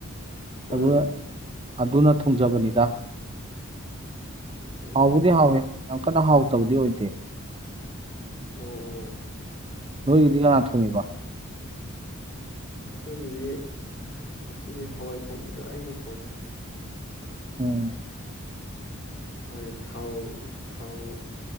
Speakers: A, on the left; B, on the right.
A: ꯑꯥ
B: ꯑꯗꯨ ꯑꯗꯨꯅ ꯊꯣꯡꯖꯕꯅꯤꯗ
A: ꯑꯣ
B: ꯍꯥꯎꯕꯨꯗꯤ ꯍꯥꯎꯋꯦ ꯌꯥꯝ ꯀꯟꯅ ꯍꯥꯎꯇꯕꯗꯤ ꯑꯣꯏꯗꯦ
A: ꯎꯝ ꯎꯥ
B: ꯅꯣꯏꯒꯗꯤ ꯀꯅ ꯊꯣꯡꯉꯕ
A: ꯑꯩꯈꯣꯏꯒꯤꯗꯤ ꯉꯁꯤꯗꯤ ꯍꯋꯥꯏ ꯊꯣꯡꯕꯗ ꯑꯩꯅ ꯊꯣꯡꯉꯦ
B: ꯎꯝ
A: ꯑꯩꯈꯣꯏ ꯊꯥꯎ ꯊꯥꯎ